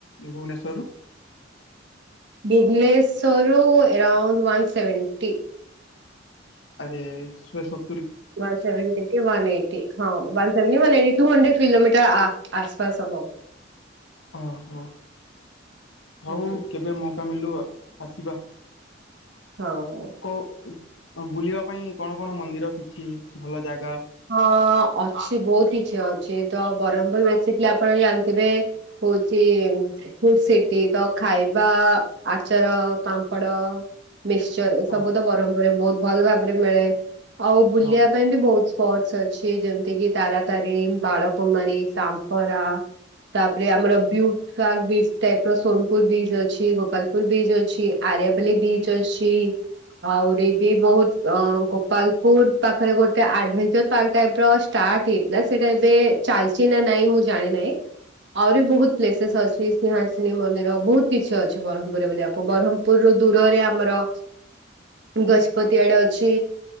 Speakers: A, on the left; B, on the right.
A: ଭୁବନେଶ୍ଵରରୁ?
B: ଭୁବନେଶ୍ବରରୁ ଏରଉଣ୍ଡ ୱାନ୍ ସେଭେଣ୍ଟି।
A: ଆରେ ସୁଏ ସତ୍
B: ୱାନ୍ ସେଭେଣ୍ଟି କି ୱାନ୍ ଏଇଟି ହଁ ୱାନ୍ ଏ ଏଇଠୁ ମାନେ ଏଇଠିହଣ୍ଡ୍ରେଡ୍ କିଲୋମିଟର ଆ ଆସପାସ ହବ ଆଉ।
A: ଓହୋ
B: ହୁଁ
A: ହୋଉ କେବେ ମୋଉକା ମିଲୁ ଆସିବା।
B: ହୋଉ।
A: କୋଉ ଉ ବୁଲିବା ପାଇଁ କଣ କଣ ମନ୍ଦିର କିଛି ଭଲ ଜାଗା?
B: ହଁ ଅଛି ବୋହୁତ କିଛି ଅଛି ତ ଆଉ ବରହମପୁର ଆସିଥିଲେ ଆପଣ ଜାଣିଥିବେ। ହୋଉଚି ହୁଁ ସେଠି ତ ଖାଇବା ଆଚାର, ପାମ୍ପଡ ମିକସଚର ଏସବୁ
A: ହଁ
B: ତ ବରହମପୁର ବୋହୁତ ଭଲ ଭାବରେ ମିଳେ ଆଉ ବୁଲିବା
A: ହଁ
B: ପାଇଁ ବି ବୋହୁତ ସପଟସ୍ ଅଛି ଯେମତି କିି ତାରାତାରିଣୀ, ବାଳକୁମାରୀ, ସାମ୍ପରା। ତାପରେ ଆମର ବିଉଟ୍ ପାର୍କ ବିଚ୍ ଟାଇପର ସୋନପୁର ବିଚ ଅଛି ଗୋପାଲପୁର ବିଚ୍ ଅଛି। ଆରୟ ପାଲି ବିଚ୍ ଅଛି। ଆହୁରି ବି ବୋହୁତ ଅ ଗୋପାଳପୁର ପାଖରେ ଗୋଟେ ଆଡଭେନ୍ ଚର୍ ପାର୍କ ଟାଇପର ଷ୍ଟାଟ୍ ହେଇଥିଲା ସେଟା ଏବେ ଚାଲଚି ନା ନାଇଁ ମୁଁ ଜାଣିନାଇଁ। ଆହୁରି ବୋହୁତ ପ୍ଲେସେସ୍ ଅଛି ସ୍ନେହାସିନି ମନ୍ଦିର ବୋହୁତ କିଛି ଅଛି ବରହମପୁର ବୋଲି ବରହମ ଦୂରୁ ଦୂରରେ ଆମର ଗଜପତି ଆଡେ ଅଛି